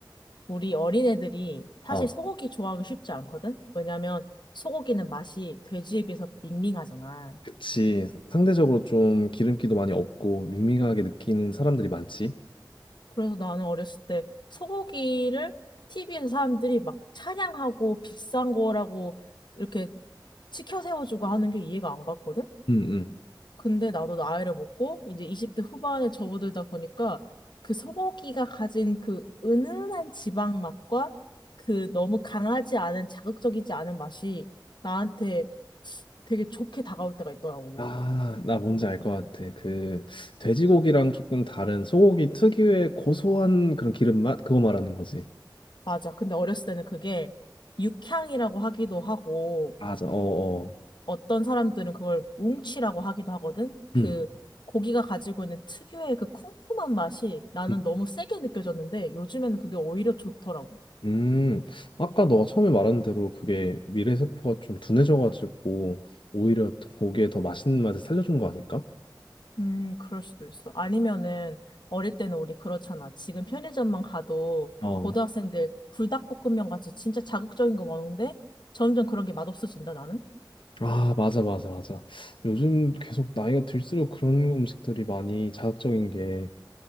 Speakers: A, on the left; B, on the left.
A: 우리 어린애들이 사실
B: 아,
A: 소고기 좋아하기 쉽지 않거든? 왜냐면 소고기는 맛이 돼지에 비해서 밍밍하잖아.
B: 그치. 상대적으로 좀 기름기도 많이 없고 밍밍하게 느끼는 사람들이 많지.
A: 그래서 나는 어렸을 때 소고기를 TV에서 사람들이 막 찬양하고 비싼 거라고 이렇게 치켜 세워주고 하는 게 이해가 안 갔거든?
B: 응응
A: 근데 나도 나이를 먹고 이제 20대 후반에 접어들다 보니까 그 소고기가 가진 그 은은한 지방 맛과 그 너무 강하지 않은 자극적이지 않은 맛이 나한테 되게 좋게 다가올 때가 있더라고.
B: 아, 나 뭔지 알 것 같아. 그 돼지고기랑 조금 다른 소고기 특유의 고소한 그런 기름 맛? 그거 말하는 거지.
A: 맞아. 근데 어렸을 때는 그게 육향이라고 하기도 하고
B: 맞아. 어, 어.
A: 어떤 사람들은 그걸 웅치라고 하기도 하거든. 그
B: 음.
A: 고기가 가지고 있는 특유의 그 쿰쿰한 맛이 나는
B: 음.
A: 너무 세게 느껴졌는데 요즘에는 그게 오히려 좋더라고.
B: 음. 아까 너가 처음에 말한 대로 그게 미래세포가 좀 둔해져가지고 오히려 고기에 더 맛있는 맛을 살려준 거 아닐까?
A: 음, 그럴 수도 있어. 아니면은 어릴 때는 우리 그렇잖아. 지금 편의점만 가도
B: 어.
A: 고등학생들 불닭볶음면 같이 진짜 자극적인 거 먹는데 점점 그런 게 맛없어진다, 나는.
B: 아, 맞아, 맞아, 맞아. 요즘 계속 나이가 들수록 그런 음식들이 많이 자극적인 게